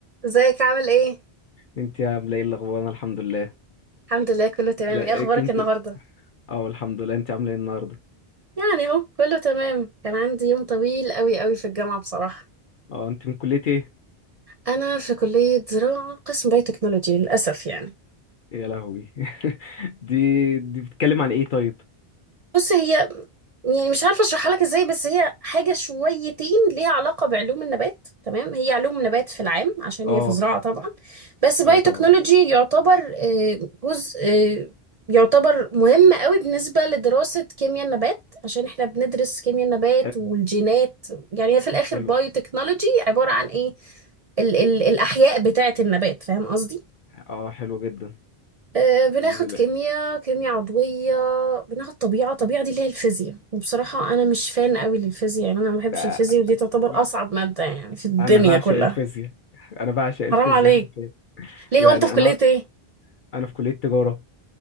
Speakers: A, on the right; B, on the left.
A: ازيك عامل ايه؟
B: انت عامله ايه الاخبار انا الحمد لله
A: الحمد لله كله تمام
B: لا
A: ايه
B: إيه
A: اخبارك
B: كنت
A: النهارده؟
B: اه الحمد لله انت عامله ايه النهارده
A: يعني اهو كله تمام كان عندي يوم طويل قوي قوي في الجامعة بصراحة
B: اه انت من كليه ايه
A: انا في كلية زراعة قسم بايوتكنولوجي للاسف يعني
B: يا لهوي <laughs> دي دي بتتكلم عن ايه طيب
A: بص هي يعني مش عارفه اشرحها لك ازاي بس هي حاجه شويتين ليها علاقه بعلوم النبات تمام هي علوم نبات في العام عشان
B: اه
A: هي في زراعه طبعا بس باي
B: ايوه طبعا
A: تكنولوجي يعتبر آه، جزء آه، يعتبر مهم قوي بالنسبه لدراسه كيمياء النبات عشان احنا بندرس كيمياء النبات
B: حلو
A: والجينات يعني هي في الاخر
B: حلو
A: بايو تكنولوجي عباره عن ايه ال ال الاحياء بتاعه النبات فاهم قصدي
B: اه حلو جدا
A: آه، بناخد
B: جميلة
A: كيمياء كيمياء عضوية بناخد طبيعة طبيعة دي اللي هي الفيزياء وبصراحة أنا مش فان قوي للفيزياء يعني أنا ما بحبش
B: بقى-
A: الفيزياء ودي تعتبر
B: بقى-
A: أصعب مادة يعني في الدنيا
B: انا بعشق
A: كلها
B: الفيزياء انا بعشق الفيزياء
A: حرام عليك
B: حرفيا
A: ليه
B: يعني
A: هو أنت في كلية
B: انا
A: إيه؟
B: انا في كليه تجاره